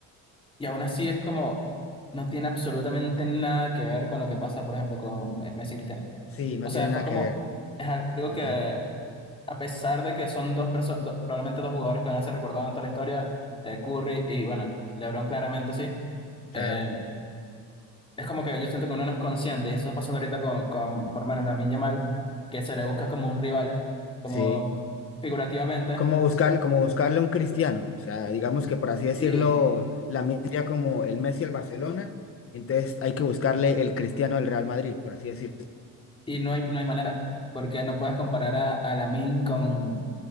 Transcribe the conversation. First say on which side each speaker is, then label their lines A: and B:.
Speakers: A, on the left; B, on the left.
A: y aún así es como, no tiene absolutamente nada que ver con lo que pasa, por ejemplo, con Me- Messi y Cristiano.
B: Sí, no
A: O sea,
B: tiene
A: fue
B: nada
A: como,
B: que ver.
A: es algo
B: Ah,
A: que,
B: ah,
A: a pesar de que son dos personas, probablemente dos jugadores que van a ser recordados en toda la historia, eh, Curry y, bueno, LeBron claramente sí.
B: claro,
A: eh, es como que yo siento que uno no es consciente, y eso está pasando ahorita con, con por lo menos Lamine Yamal, que se le busca como un rival, como
B: sí.
A: figurativamente.
B: Como buscar, como buscarle un cristiano. O sea, digamos que por así decirlo,
A: Sí,
B: la sería como el Messi al Barcelona. Entonces hay que buscarle el cristiano del Real Madrid, por así decirlo.
A: Y no hay, no hay manera, porque no puedes comparar a, a Lamine con,